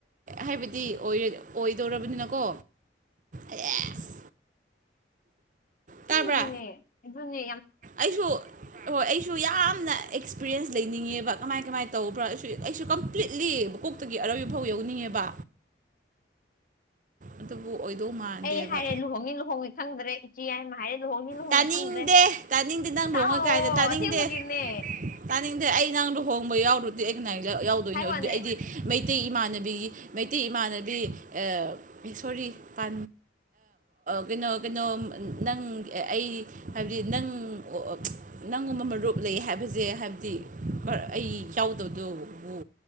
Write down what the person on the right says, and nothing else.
ꯍꯥꯏꯕꯗꯤ ꯑꯣꯏꯗꯧꯔꯕꯅꯤꯅꯀꯣ ꯑꯦꯁ
ꯇꯥꯕ꯭ꯔꯥ
ꯑꯩꯁꯨ ꯍꯣꯏ ꯑꯩꯁꯨ ꯌꯥꯝꯅ ꯑꯦꯛꯁꯄꯤꯔꯤꯦꯟꯁ ꯂꯩꯅꯤꯡꯉꯦꯕ ꯀꯃꯥꯏ ꯀꯃꯥꯏ ꯇꯧꯕ꯭ꯔꯥ ꯑꯩ ꯑꯩꯁꯨ ꯀꯝꯄ꯭ꯂꯤꯠꯂꯤ ꯇꯨꯒꯤ ꯑꯔꯣꯏꯕ ꯐꯥꯎ ꯌꯎꯅꯤꯡꯉꯦꯕ ꯑꯗꯨꯕꯨ ꯑꯣꯏꯗꯧ ꯃꯥꯟꯗꯦꯕ
ꯇꯥꯅꯤꯡꯗꯦ
ꯇꯥꯅꯤꯡꯗꯦ ꯅꯪ
ꯂꯨꯍꯣꯛꯉꯣꯏ ꯀꯥꯏꯗ ꯇꯥꯅꯤꯡꯗꯦ
ꯈꯪꯗꯦ ꯑꯩ ꯅꯪ ꯂꯨꯍꯣꯡꯕ ꯌꯥꯎꯔꯨꯗꯤ ꯑꯩ ꯀꯅꯥ ꯌꯥꯎꯗꯣꯏꯅꯣ
ꯑꯗꯨꯗꯤ ꯑꯩꯗꯤ ꯃꯩꯇꯩ ꯏꯃꯥꯟꯅꯕꯤꯒꯤ ꯃꯩꯇꯩ ꯏꯃꯥꯟꯅꯕꯤ ꯑ ꯄꯥꯟ ꯁꯣꯔꯤ ꯑ ꯀꯩꯅꯣ ꯀꯩꯅꯣ ꯅꯪ ꯑꯩ ꯍꯥꯏꯕꯗꯤ ꯅꯪ ꯑꯣ ꯅꯪꯒꯨꯝꯕ ꯃꯔꯨꯞ ꯂꯩ ꯍꯥꯏꯕꯁꯦ ꯍꯥꯏꯕꯗꯤ ꯑꯩ ꯌꯥꯎꯗꯕꯗꯨꯕꯨ